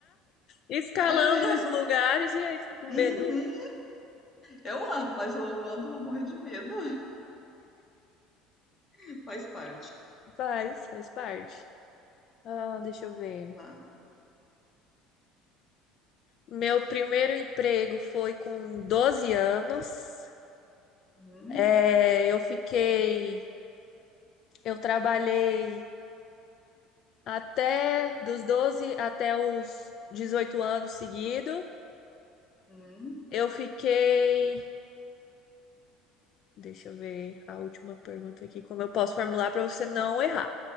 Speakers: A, on the left (about 50°); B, on the left (about 25°).
A: escalando
B: <laughs>
A: os lugares e aí fica com
B: É,
A: medo.
B: uhum. Eu ando, mas eu ando, vou morrer de medo. <laughs> Faz parte.
A: Faz, faz parte. Ah, deixa eu ver.
B: Lá.
A: Meu primeiro emprego foi com 12 anos.
B: Hum,
A: É, eu fiquei, eu trabalhei até dos 12 até os 18 anos seguido.
B: hum.
A: Eu fiquei, deixa eu ver a última pergunta aqui, como eu posso formular para você não errar.